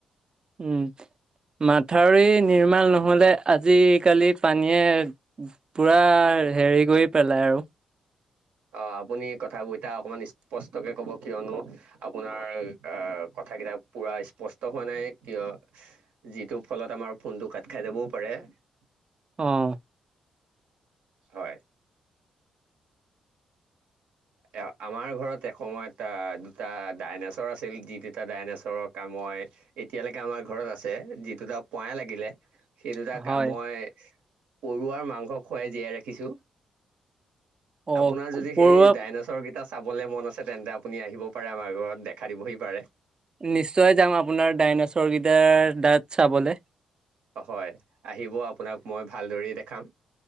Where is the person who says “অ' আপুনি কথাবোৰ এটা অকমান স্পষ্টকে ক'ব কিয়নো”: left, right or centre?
Right